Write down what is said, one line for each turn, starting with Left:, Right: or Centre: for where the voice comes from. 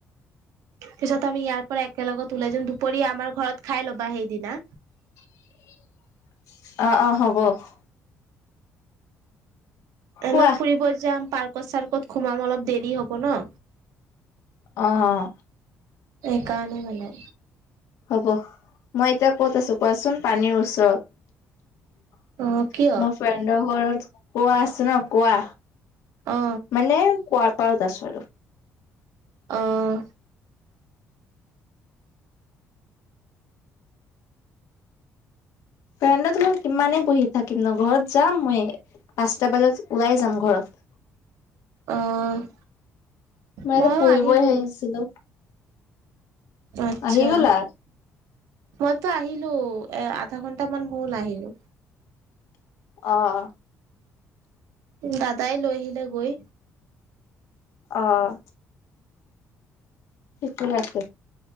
Right: পিছত আমি ইয়াৰ পৰা একেলগত ওলাই যাম দুপৰীয়া আমাৰ ঘৰত খাই ল'বা সেইদিনা।
Left: <inaudible> অ' অ' হ'ব। কোৱা
Right: এনে ফুৰিব যাম পাৰ্কত চাৰ্কত সোমাম অলপ দেৰি হ'ব ন।
Left: আহ।
Right: এইকাৰানে মানে।
Left: হ'ব মই এতিয়া ক'ত আছো কোৱাচোন পানীৰ ওচৰত।
Right: অ কিয়
Left: মোৰ ফ্ৰেণ্ডৰ ঘৰত কোৱা আছে ন কোৱা।
Right: অ
Left: মানে কোৱাৰ পাৰত আছো।
Right: আহ।
Left: ফ্ৰেণ্ডত কিমানে বহি থাকিম ন ঘৰত যাম মই। পাঁচটা বজাত ওলাই যাম ঘৰত।
Right: অ'
Left: মই ইয়াতে
Right: ময়ো
Left: ফুৰিবই
Right: আহি গলো।
Left: আহিছিলো
Right: আচ্ছা
Left: আহি গ'লা
Right: মই তো আহিলো এ আধা ঘন্ট মান হল আহিলো।
Left: অ'।
Right: দাদাই লৈ আহিলে গৈ।
Left: আহ। ঠিকেই আছে।